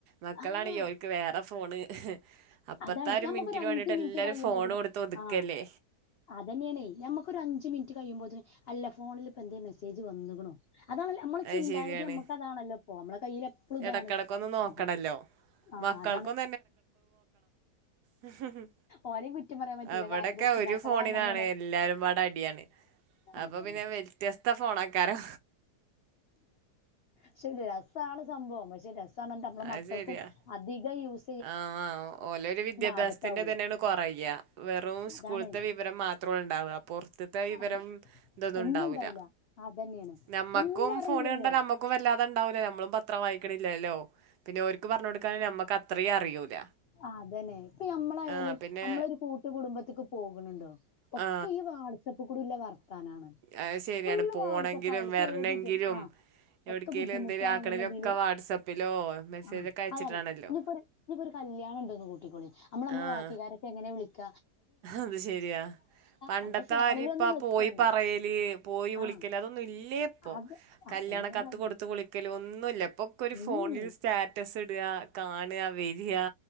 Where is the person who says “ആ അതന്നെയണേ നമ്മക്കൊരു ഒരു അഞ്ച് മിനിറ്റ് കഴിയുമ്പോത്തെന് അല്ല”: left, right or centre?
Left